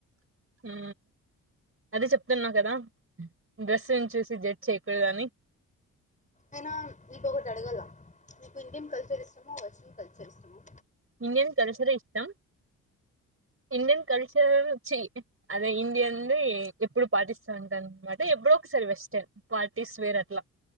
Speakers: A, on the right; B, on the left.
A: ఊ అదే చెప్తున్నా కదా డ్రెస్సు చూసి జట్ చేయకూడద అని
B: అయినా నీపు ఒకటి అడగల నీకు ఇండియన్ కల్చర్ ఇష్టమ వెస్టన్ కల్చర్ ఇష్టమా
A: ఇండియన్ కల్చర్ ఇష్టం ఇండియన్ కల్చర్ చి అదే ఇండియన్ ఎప్పుడు పాటిస్తుంటన్నమాట అప్పుడో ఒకసారి వెస్న్ పార్టీస్ వేర్ అట్లా